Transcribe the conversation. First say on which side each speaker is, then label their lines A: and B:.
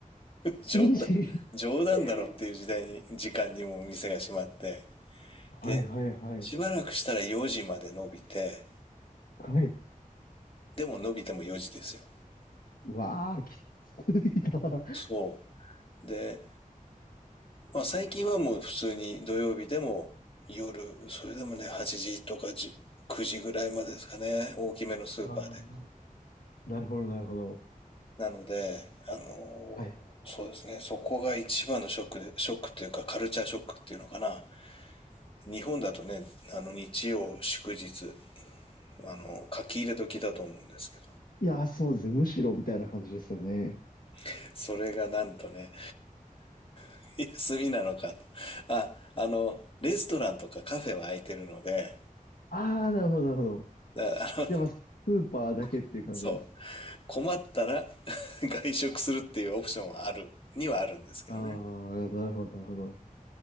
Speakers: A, on the left; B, on the left.
A: 冗談、
B: 20。
A: 冗談だろっていう時代に、
B: <laughs>
A: 時間にもお店が閉まって、
B: はいはいはい。
A: で、しばらくしたら4時まで伸びて、
B: はい。
A: でも伸びても4時ですよ。
B: うわあ、きついな。
A: そう。で、まあ最近はもう普通に土曜日でも夜、それでもね、8時とか10 9時ぐらいまでですかね、大きめのスーパーで。
B: ああ、なるほどなるほど。
A: なので、あのー
B: はい。
A: そうですね、そこが一番のショックで、ショックっていうかカルチャーショックっていうのかな。日本だとね、あの日曜、祝日、あの、書き入れ時だと思うんですけ
B: いやー、そうですね。むしろみたいな感じですよね。
A: ど、それがなんとね、<laughs> 休みなのかと。あ、あの、レストランとかカフェは空いてるので、
B: ああ、なるほどなるほど。
A: だからあの、
B: じゃあまあ、スーパーだけっていう感じなんですね。
A: <laughs> そう。困ったら <laughs> 外食するっていうオプションはある、にはあるんですけどね。
B: ああ、なるほどなるほど。